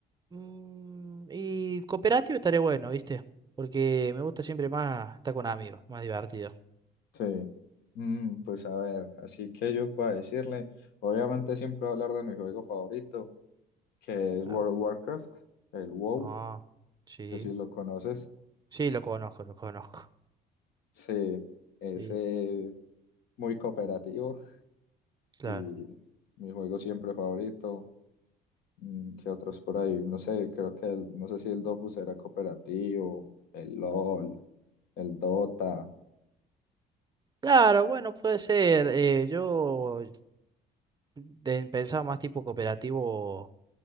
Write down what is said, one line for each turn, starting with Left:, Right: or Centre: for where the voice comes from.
Right: Mm, y cooperativo estaría bueno, ¿viste? Porque me gusta siempre más estar con amigos, más divertido.
Left: Sí. Mm, pues a ver, así que yo puedo decirle, obviamente siempre voy a hablar de mi juego favorito, que es World
Right: Ah,
Left: of Warcraft, el WoW,
Right: ah,
Left: no
Right: sí,
Left: sé si lo conoces.
Right: sí, lo conozco, lo conozco.
Left: Sí, ese
Right: Sí,
Left: muy cooperativo.
Right: claro.
Left: y mi juego siempre favorito. Mm, ¿Qué otros por ahí? No sé, creo que el- no sé si el Dofus era cooperativo, el LOL, el Dota.
Right: Claro, bueno, puede ser. eh, yo de- pensaba más tipo cooperativo